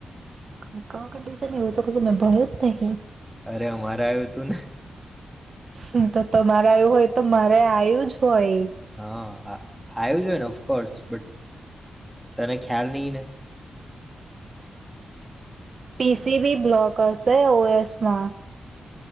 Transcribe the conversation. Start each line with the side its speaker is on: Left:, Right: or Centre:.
Right: Control condition? એવું તો કશું મે ભણ્યું જ નહીં.
Centre: અરે અમારે આયું તું ને.
Right: હમ્મ, તો તમારે આયું હોય તો મારે આયું જ હોય.
Centre: હા આ આયવુ જો હોય ને ઓફકોર્સ બટ તને ખ્યાલ નહી ને.
Right: પી સી વી બ્લોક હશે ઓ એસમાં.